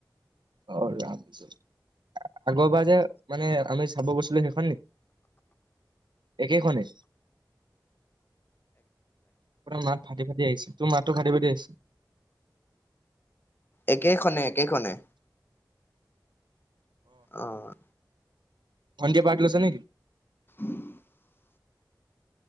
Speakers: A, on the right; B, on the left.
A: অঁ ৰাগ যে, আগৰ বা যে মানে আমি চাব গৈছিলো সেইখন নি? একেখনে? ত মাত ভাটি ফাটি আহিছে তোৰ মাতটো ফাটি ফাটি আহিছে
B: একেখনে একেখনে। অঁ
A: ভন্টিয়ে পাৰ্ট লৈছে নেকি?
B: <inaudible>